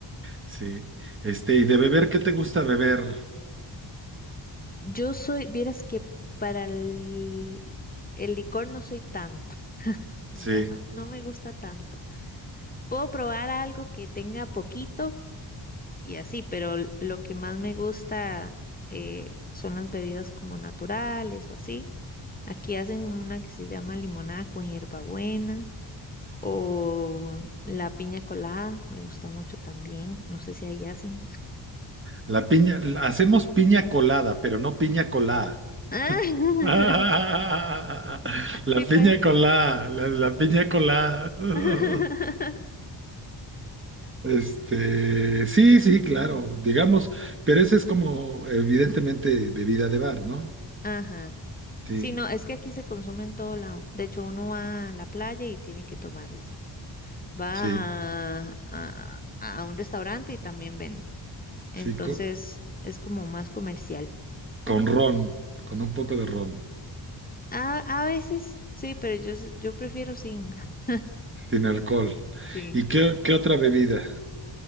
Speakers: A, on the right (about 25°); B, on the left (about 20°).
A: sí. Este, y de beber, ¿qué te gusta beber?
B: Yo soy, vieras que para el, el licor no soy tanto, ¿verdad?
A: Sí.
B: No, no me gusta tanto. Puedo probar algo que tenga poquito y así, pero l- lo que más me gusta eh, son las bebidas como naturales o así. Aquí hacen una que se llama limonada con hierbabuena o la piña colada, me gusta mucho también, no sé si ahí hacen.
A: La piña, hacemos piña colada, pero no piña colada.
B: <laughs>
A: <laughs> La
B: Sí, puede
A: piña colada,
B: ser.
A: la, la piña colada. <laughs>
B: <laughs>
A: Este, sí, sí, claro, digamos, pero ese es como evidentemente bebida de bar, ¿no?
B: Ajá.
A: Sí,
B: Sí, no, es que aquí se consume en todo lado. De hecho, uno va a la playa y tiene que tomar eso. Va
A: sí,
B: a, a- a un restaurante y también vende. Entonces,
A: sí, co-
B: es como más comercial.
A: con, ron, con un poco de ron,
B: A, a veces, sí, pero yo, s- yo prefiero sin. <laughs>
A: sin alcohol.
B: Sí.
A: ¿Y qué, qué otra bebida?